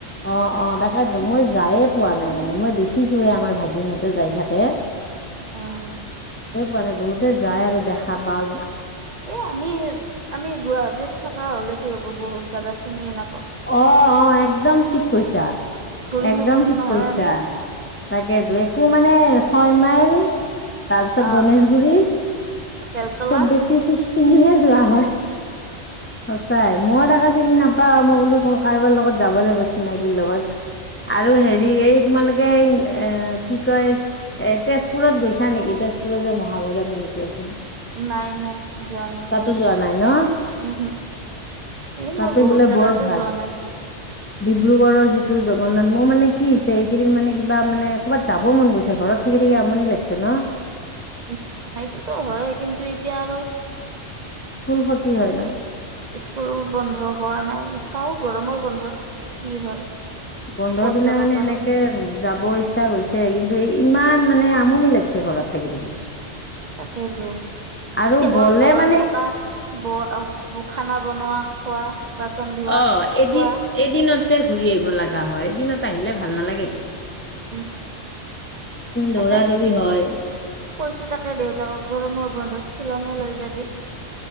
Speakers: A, on the left; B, on the right.
A: অ', অ' তাকে মই যায়ে পোৱা নাই, মানে মই দেখিছোহে আমাৰ ভাগিনহ'তে যাই থাকে।
B: অ'।
A: মানে বহুতে যায় আৰু দেখা পাওঁ
B: এ আমি আমি গুৱাহাটীত থকা হ'লে কি হ'ব, বহুত জাগা চিনিয়ে ন
A: অ', অ', একদম। ঠিক কৈছে। ছা,
B: ঘূৰি
A: একদম
B: নুফুৰো
A: ঠিক
B: নহয়
A: কৈছা,
B: আমি
A: তাকেতো একো মা মানে ছয় মাইল তাৰ পিছত
B: আহ
A: গণেশগুৰী
B: বেলতলা
A: খুব বেছি সিখিনিহে যোৱা হয়। সঁচাই মই তাকে চিনি নাপাও, মই বোলো কাৰোবাৰ লগত যাব লাগিব চিনাকিৰ লগত, আৰু হেৰি এই তোমালোকে এই এ কি কয় এ তেজপুৰত গৈছা নেকি, তেজপুৰৰ যে মহাভৈৰৱ মন্দিৰটো আছে।
B: নাই নাই যোৱা নাই।
A: তাতো যোৱা নাই ন
B: উম হুম, এই
A: তাতো
B: মই বহুত
A: বোলে
B: জাগাতে
A: বৰ ভাল
B: যোৱা নাই।
A: ডিব্ৰুগড়ৰ যিটো জগন্নাথ, মোৰ মানে কি হৈছে এইকেইদিন মানে কিবা মানে ক'ৰবাত যাব মন গৈছে, ঘৰত থাকি থাকি আমনি লাগছি ন।
B: উম, সেইটোতো হয় কিন্তু এতিয়া আৰ'
A: স্কুল ক্ষতি হয় ন
B: স্কুল বন্ধ হোৱা নাই। চাও গৰমৰ বন্ধত, কি হয়।
A: বন্ধৰ
B: ক'ত
A: দিলে
B: যাব
A: মানে,
B: পাৰো
A: এনেকে যাব ইচ্ছা হৈছে কিন্তু এই ইমান মানে আমনি লাগছে ঘৰত থাকি থাকি।
B: তাকেইেতো
A: আৰু
B: কেৱল
A: গ'লে
B: ঘৰত
A: মানে
B: থকা ব খানা বনোৱা, খোৱা। বাচন ধোৱা
A: অ', এদিন,
B: খোৱা
A: এদিনতে ঘূৰি আহিব লাগা হয়, এদিনত আহিলে ভাল নালাগেতো, তা
B: উম।। এ
A: দৌৰা
B: তাকে,
A: দৌৰি হয়
B: কৈছো তাকে দেউতাকক গৰমৰ বন্ধত শ্বিলঙে লৈ যাবি।